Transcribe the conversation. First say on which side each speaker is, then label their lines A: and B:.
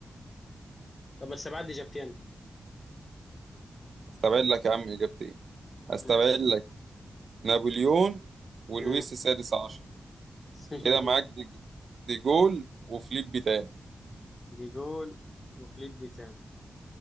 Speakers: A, on the left; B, on the right.
A: طب ما السبعات دي جابتين
B: استبعد لك يا عم اجابتين استبعد
A: ماشي
B: لك نابليون ولويس
A: امم
B: السادس عشر
A: <laughs>
B: كده معاك ديج- ديجول وفيليب بيتان
A: دي جول وفليك دي تام